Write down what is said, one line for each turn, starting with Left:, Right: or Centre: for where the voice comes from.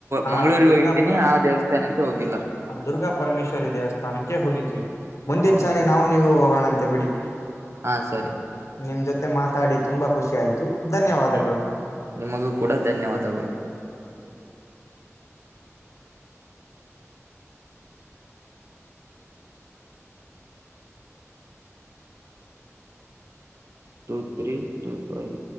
Left: ಆ
Right: ಮಂಗ್ಗಳೂರಿಗೆ
Left: ದುರ್ಗಾ
Right: ಹೋಗಿದ್ದೀನಿ
Left: ಪ
Right: ಆ ದೇವಸ್ಥಾನಕ್ಕೆ ಹೋಗಿಲ್ಲ
Left: ದುರ್ಗಾ ಪರಮೇಶ್ವರಿ ದೇವಸ್ಥಾನಕ್ಕೆ ಹೋಗಿದ್ವಿ ಮುಂದಿನ
Right: ಓ
Left: ಸಾರಿ ನಾವು ನೀವು ಹೋಗೋಣಂತ ಬಿಡಿ
Right: ಹಾ ಸರಿ
Left: ನಿಮ್ ಜೊತೆ ಮಾತಾಡಿ ತುಂಬಾ ಖುಷಿ ಆಯ್ತು ಧನ್ಯವಾದಗಳು
Right: ಹೂ ನಿಮಗೂ ಕೂಡ ಧನ್ಯವಾದಗಳು ಟ ತ್ರೀ ಟೂ ಫೈವ್